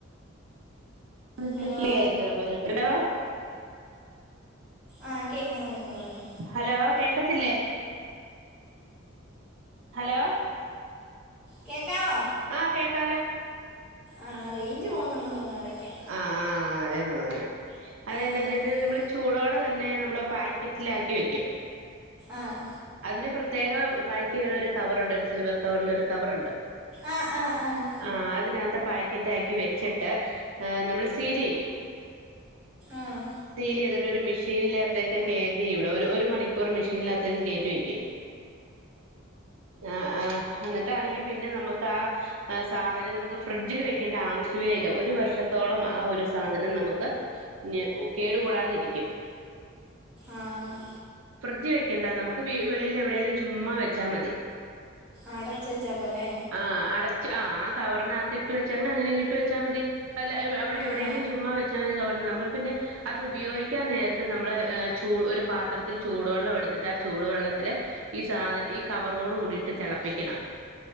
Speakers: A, on the right (about 80°); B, in the centre.
A: അന്തക്ലിയ
B: ഹലോ
A: ആയിരിക്കല്ലോ പോ--ഹലോ <unintelligible>
B: ആഹ് കേക്കാം കേക്കാം പറഞ്ഞോ.
A: ഹലോ കേക്കത്തില്ലേ ഹലോ
B: കേക്കാവോ.
A: ആഹ് കേക്കാലോ
B: ആഹ് റേഞ്ച് പോകുന്നുണ്ട് തോന്നുന്നു ഇടയ്ക്ക്
A: ആഹ് ആഹ് അതേന്നാ തോന്നണെ അത് എന്നാന്ന്
B: ആ
A: ചോദിച്ചാ നമ്മള് ചൂടോടെ തന്നെ നമ്മള് പായാക്കറ്റിലാക്കി വെക്കും.
B: ആഹ്
A: അതിന് പ്രത്യേകം പാക്ക് ചെയ്യാള്ളൊര് കവറുണ്ട് ഒരു സിൽവർ കവറ്‌ല് ഒരു കവറ്ണ്ട്.
B: ആഹ് ആഹ് ആഹ്
A: ആഹ് അതിനകത്ത് പാക്കറ്റ് ആക്കി വെച്ചിട്ട് നമ്മൾ സീൽ ചെയ്യും
B: ആഹ്
A: സീൽ ചെയ്തിട്ട് ഒരു മെഷീനില്ലാത്തേക്ക് കേയറ്റി ഇവിടെ ഒരു ഒരു മണിക്കൂ കുർ മെഷീനകാത്ത ക് കയറ്റി വെക്കും ആഹ് ആഹ് എന്നിട്ടാണെങ്കി പിന്നെ നമുക്ക് ആഹ് ആ സാധനം നമുക്ക് ഫ്രിഡ്ജിൽ വെക്കേണ്ട ആവശ്യമേ ഇല്ല ഒരു വർഷത്തോളം ആ ഒരു സാധനം നമുക്ക്. ന് കേടു കൂടാതിരിക്കും
B: ആഹ്
A: ഫ്രിഡ്ജ് വക്കണ്ട നമക്ക് വെളിൽ എവിടെോയാലും ചുമ്മാ വെച്ചാ മതി
B: അടച്ച് വെച്ചാ പോരേ
A: ആഹ് അടച്ച്ച് ആഹ് കവറിനകത്തി ഇട്ട് വെച്ചങ്ങനെ അങ്ങനെ ഇങ്‌ ഇട്ട് വെച്ചാൽ മതി അല്ലഅവിടെ എവിടേലും
B: ആ
A: ചുമ്മാ വെച്ചാമതി കവർ നമ്മൾ പിന്നെ അത് ഉപയോഗിക്കാൻ നേരത്ത് നമ്മൾ ചൂ ഒരു പാത്രത്തിൽ ചൂടുവെള്ളം എടുത്തിട്ട് ആ ചൂടുവെള്ളത്തില് ഈ സാധന ഈ കവറോട് കൂടിട്ട് തിളപ്പിക്കണം